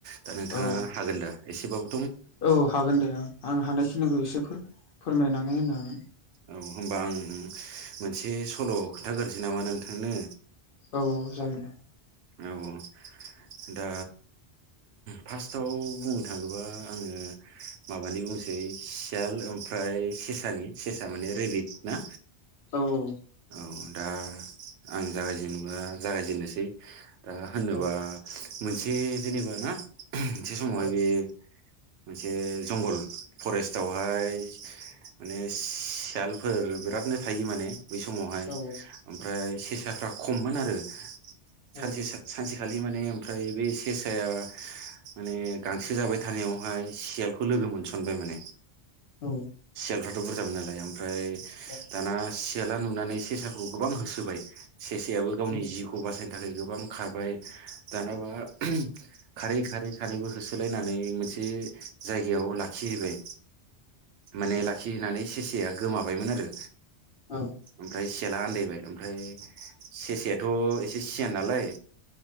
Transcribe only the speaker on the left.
औ
औ हागोन दे ओं आं हानायखिनिखौ एसे फोर-फोरमायनानै होनो हागोन।
औ औ जागोन दे।
औ औ।
औ
औ
औ
औ
औ
औ
औ
औ